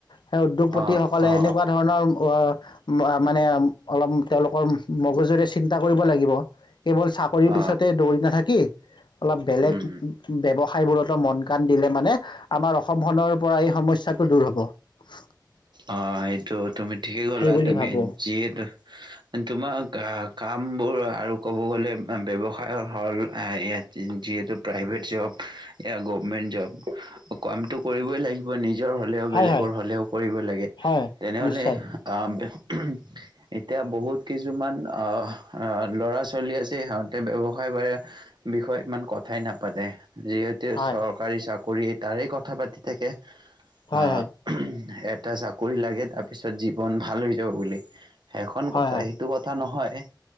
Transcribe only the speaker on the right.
অ অ অ
অ
উম
অ', সেইটো তুমি', ঠিকেই ক'লা
তুমি
যিহেতু তোমাৰ গা, কামবোৰ আৰু ক'ব গ'লে ব্যৱসায়ৰ হ'ল- যিহেতু প্ৰাইভেট জব, ইয়া গভমেন্ট জব কামটো কৰিবই লাগিব নিজে। নিজৰ হলেও,
বেলেগৰ
হলেও কৰিব লাগে।
তেনেহ'লে
আহ', এতিয়া বহুত কিছুমান অ', ল'ৰা ছোৱালী আছে, সিহঁতে ব্যৱসায় বাহিৰে বিষয়ে ইমান কথাই নাপাতে। যিহেতু
চৰকাৰী চাকৰি তাৰে কথা পাতি থাকে। অ',
হেত, <unintelligible> এটা চাকৰি লাগে তাৰ পিছত জীৱন ভাল হৈ যাব বুলি। সেইখন
কথা,
সেইটো কথা নহয়। এ',